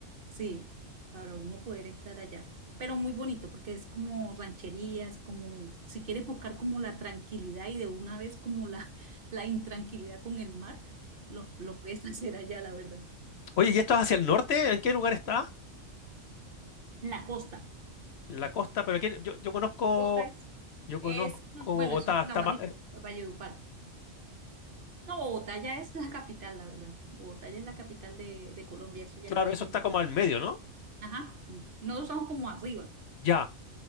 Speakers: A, on the right; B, on the left.
A: Sí, para uno poder entrar allá. Pero muy bonito porque es como rancherías, como si quieres buscar como la tranquilidad y de una vez como la, <laughs> la intranquilidad con el mar, lo, lo puedes <laughs> hacer allá, la verdad.
B: Oye, ¿y esto es hacia el norte? ¿En qué lugar está?
A: En la costa.
B: En la costa, pero aquí, yo, yo conozco,
A: Costa es.
B: yo
A: Es,
B: conozco
A: bueno,
B: Bogotá.
A: eso es La
B: Está
A: Guajira,
B: ma- eh,
A: por Valledupar. No, Bogotá ya es la capital, la verdad. Bogotá ya es la capital de, de Colombia, eso ya
B: claro,
A: está
B: eso
A: en...
B: está como al medio, ¿no?
A: Ajá, nosotros somos como arriba,
B: Ya,